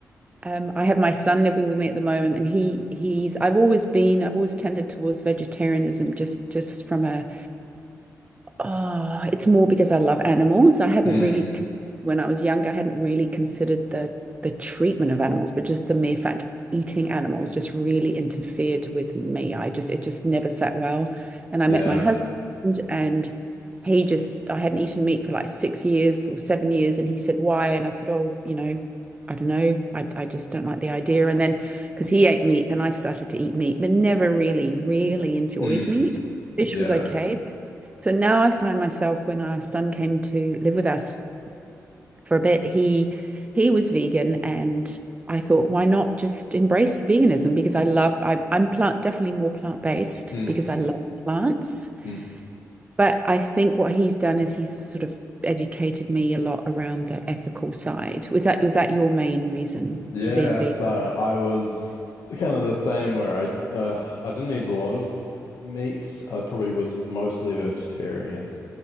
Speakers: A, on the right; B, on the left.
A: um, I have my son living with me at the moment, and he he's I've always been I've always tended towards vegetarianism just just from a oh, it's more because I love animals. I hadn't
B: Mm.
A: really, when I was younger, I hadn't really considered the the treatment of animals, but just the mere fact of eating animals just really interfered with me. I just it just never sat well. And I
B: Yeah.
A: met my husband, and he just I hadn't eaten meat for like six years or seven years, and he said why, and I said, oh, you know. I don't know. I, I just don't like the idea. And then, because he ate meat, then I started to eat meat, but never really, really enjoyed
B: Mm.
A: meat. Fish
B: Yeah.
A: was okay, so now I find myself when our son came to live with us for a bit, he he was vegan and I thought, why not just embrace veganism? Because I love, I, I'm plant definitely more plant-based
B: Mm.
A: because I love plants.
B: Mm.
A: But I think what he's done is he's sort of educated me a lot around the ethical side. Was that was that your main reason
B: Yeah,
A: for being vegan?
B: so I was kind of the same where I uh I didn't eat a lot of meat. I probably was mostly vegetarian.